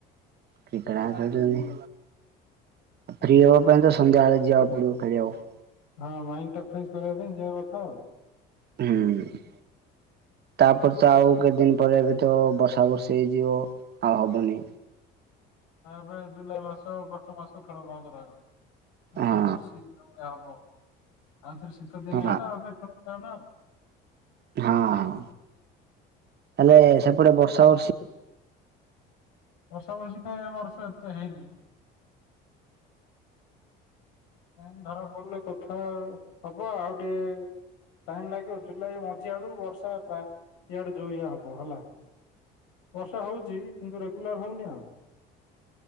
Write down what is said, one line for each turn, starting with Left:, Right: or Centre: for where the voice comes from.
Right: କ୍ରିକେଟ ଏକା ଖେଳୁଛନ୍ତି। ଫ୍ରି ହେବା ପାଇଁ ତ ସନ୍ଧ୍ୟାବେଳେ ଯିବାକୁ ପଡ଼ି ଖେଳିବାକୁ।
Left: ହଁ ମାଇଣ୍ଡଟା ଫ୍ରେଶ କରିବା ପାଇଁ ଯିବା କଥା ଆଉ।
Right: ହୁଁ। ତାପରେ ତ ଆଉ କେତେ ଦିନ ପରେ ଏବେ ତ ବର୍ଷା ବର୍ଷି ହେଇଯିବ ଆଉ ହବନି।
Left: ହଁ ଏବେ ଜୁଲାଇ ମାସ ଅଗଷ୍ଟ ମାସ ଖେଳ ବନ୍ଦ ରହିବ।
Right: ହଁ
Left: ବର୍ଷା ବର୍ଷି ଜୋରିୟା ହବ। ଆଉ ଥରେ ଶୀତ ଦିନ
Right: ହଁ
Left: ଆଇଲେ ଆଉ ଥରେ ଖେଳ ଷ୍ଟାର୍ଟ ଆଉ।
Right: ହଁ ହଁ, ହେଲେ ସେପଟେ ବର୍ଷା ବର୍ଷି?
Left: ବର୍ଷା ବର୍ଷି ତ ଏ ବର୍ଷ ଏତେ ହେଇନି। କାଇଁ ଧରା ପଡ଼ିଲେ କଥା ହବା ଆଉ ଟିକେ ଟାଇମ ଲାଗିବ ଜୁଲାଇ ମଝି ଆଡୁ ବର୍ଷା ପ୍ରା ଇଆଡୁ ଜୋରିଆ ହବ ହେଲା। ବର୍ଷା ହଉଛି କିନ୍ତୁ ରେଗୁଲାର ହଉନି ଆଉ।